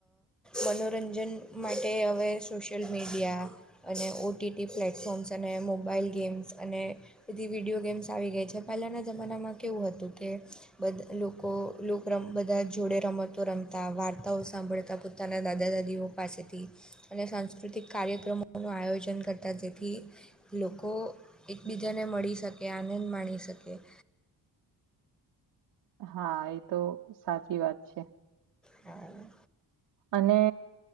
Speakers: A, in the centre; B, on the right.
A: મનોરંજન માટે હવે સોશિયલ મીડિયા, અને ઓ ટી ટી પ્લેટફોર્મ્સ અને મોબાઈલ ગેમ્સ અને, બથી વિડીયો ગેમ્સ આવી ગઈ છે પહેલાંના જમાનામાં કેવું હતું કે બધું, લોકો બધા જોડે રમતો રમતા વાર્તાઓ સાંભળતા પોતાના દાદા-દાદીઓ, પાસેથી અને સાંસ્કૃતિક કાર્યક્રમોનું આયોજન કરતા જેથી, લોકો એકબીજાને મળી શકે આનંદ માણી શકે.
B: હા, એ તો સાચી વાત છે.
A: હા.
B: અને